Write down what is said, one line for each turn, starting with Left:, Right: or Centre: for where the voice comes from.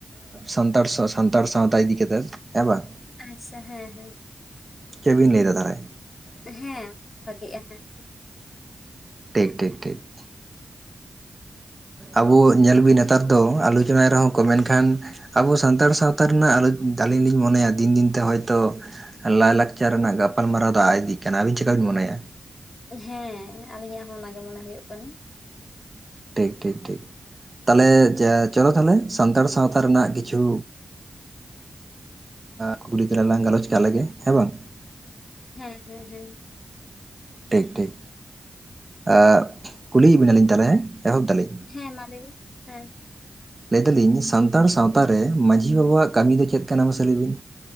Right: ᱥᱟᱱᱛᱟᱲ ᱥᱟᱱᱛᱟᱲ ᱥᱟᱶᱛᱟ ᱤᱫᱤ ᱠᱟ ᱠᱟᱛᱮᱫ ᱾ ᱦᱮᱸ ᱵᱟᱝ?
Left: ᱟᱪᱪᱷᱟ ᱾ᱦᱮᱸ ᱦᱮᱸ ᱾
Right: ᱪᱮᱫ ᱵᱤᱱ ᱞᱟᱹᱭ ᱫᱟ ᱛᱟᱦᱚᱞᱮ?
Left: ᱦᱮᱸ ᱾ ᱵᱷᱟᱜᱤᱜᱼᱟ ᱦᱮᱸ ᱾
Right: ᱴᱷᱤᱠ ᱴᱷᱤᱠ ᱴᱷᱤᱠ ᱾ ᱟᱵᱚ ᱧᱮᱞ ᱵᱤᱱ ᱱᱮᱛᱟᱨ ᱫᱚ ᱟᱞᱳᱪᱚᱱᱟᱭ ᱨᱮᱦᱚᱸ ᱠᱚ ᱢᱮᱱ ᱠᱷᱟᱱ ᱟᱵᱚ ᱥᱟᱱᱛᱟᱲ ᱥᱟᱶᱛᱟ ᱨᱮᱱᱟᱜ ᱟᱹᱞᱤᱧ ᱞᱤᱧ ᱢᱚᱱᱮᱭᱟ ᱫᱤᱱ ᱫᱤᱱᱛᱮ ᱦᱚᱭᱛᱳ ᱞᱟᱭᱼᱞᱟᱠᱪᱟᱨ ᱨᱮᱱᱟᱜ ᱜᱟᱯᱟᱞᱢᱟᱨᱟᱣ ᱫᱚ ᱟᱭ ᱤᱫᱤᱜ ᱠᱟᱱᱟ ᱾ ᱟᱹᱵᱤᱱ ᱪᱤᱠᱟ ᱵᱤᱱ ᱢᱚᱱᱮᱭᱟ?
Left: ᱦᱮᱸ ᱾ ᱟᱹᱞᱤᱧᱟᱜ ᱦᱚᱸ ᱚᱱᱟᱜᱮ ᱢᱚᱱᱮ ᱦᱩᱭᱩᱜ ᱠᱟᱱᱟ ᱾
Right: ᱴᱷᱤᱠ ᱴᱷᱤᱠ ᱴᱷᱤᱠ ᱾ ᱛᱟᱦᱞᱮ ᱪᱚᱞᱚ ᱛᱟᱦᱞᱮ ᱥᱟᱱᱛᱟᱲ ᱥᱟᱶᱛᱟ ᱨᱮᱱᱟᱜ ᱠᱤᱪᱷᱩ ᱠᱩᱠᱞᱤ ᱛᱟᱞᱟᱝ ᱞᱟᱝ ᱜᱟᱞᱚᱪ ᱠᱟᱜ ᱜᱮ ᱾ ᱦᱮᱸ ᱵᱟᱝ?
Left: ᱦᱮᱸ ᱦᱮᱸ ᱦᱮᱸ᱾
Right: ᱴᱷᱤᱠ ᱴᱷᱤᱠ᱾ ᱟ ᱠᱩᱞᱤᱭᱮᱫ ᱵᱮᱱᱟᱞᱤᱧ ᱛᱟᱞᱦᱮ ᱮᱦᱚᱵ ᱫᱟᱞᱤᱧ᱾
Left: ᱦᱮᱸ ᱢᱟ ᱞᱟᱹᱭ ᱵᱮ ᱦᱮᱸ᱾
Right: ᱞᱟᱹᱭ ᱫᱟᱞᱤᱧ ᱥᱟᱱᱛᱟᱲ ᱥᱟᱶᱛᱟ ᱨᱮ ᱢᱟᱺᱡᱷᱤ ᱵᱟᱵᱟᱣᱟᱜ ᱠᱟᱹᱢᱤ ᱫᱚ ᱪᱮᱫ ᱠᱟᱱᱟ ᱢᱟᱥᱮ ᱞᱟᱹᱭ ᱵᱤᱱ?